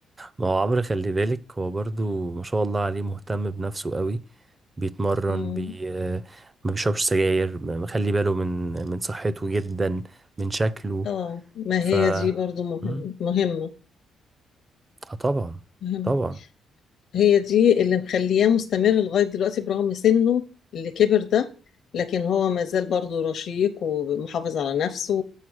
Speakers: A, on the right; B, on the left.
A: ما هو عمرو خلي بالك هو برضو ما شاء الله عليه مهتم بنفسه قوي بيتمرن
B: مم.
A: بي ما بيشربش سجاير ما- مخلي باله من من صحته جدا من شكله
B: اه ما هي
A: ف
B: دي برضو مهمة
A: مم.
B: مهمة
A: اه طبعا
B: مهمة
A: طبعا
B: هي دي اللي مخلياه مستمر لغاية دلوقتي برغم سنه اللي كبر ده لكن هو ما زال برضه رشيق ومحافظ على نفسه